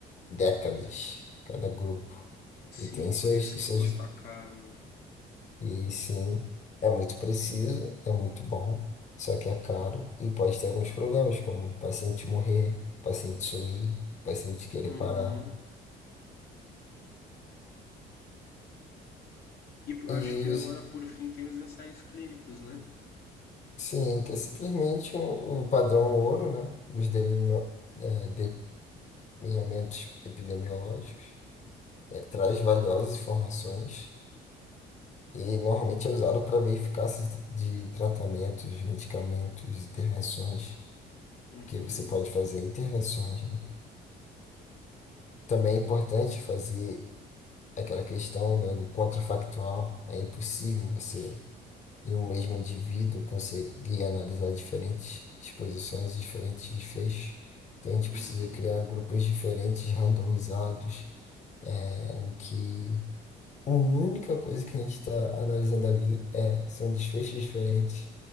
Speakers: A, on the left (about 45°); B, on the left (about 65°).
A: décadas cada grupo.
B: Sim,
A: E tem suas,
B: por isso
A: suas...
B: que custa caro.
A: E sim, é muito preciso, é muito bom, só que é caro e pode ter alguns problemas, como o paciente morrer, paciente sumir, paciente querer
B: Uhum.
A: parar.
B: E p-
A: E
B: acho que agora,
A: os-
B: por fim, tem os ensaios clínicos, né?
A: Sim, que é simplesmente o o padrão ouro, né? Dos deline- eh, delineamentos epidemiológicos. Eh, traz valiosas informações e normalmente é usado para ver eficácia de de tratamentos, medicamentos, intervenções,
B: Uhum,
A: que você pode fazer intervenções, né? Também é importante fazer aquela questão, né, do contrafactual. É impossível você e um mesmo indivíduo conseguir analisar diferentes exposições e diferentes desfechos. Então a gente
B: uhum.
A: precisa criar grupos diferentes, randomizados, é, em que a única coisa que a gente está analisando ali é, são desfechos diferentes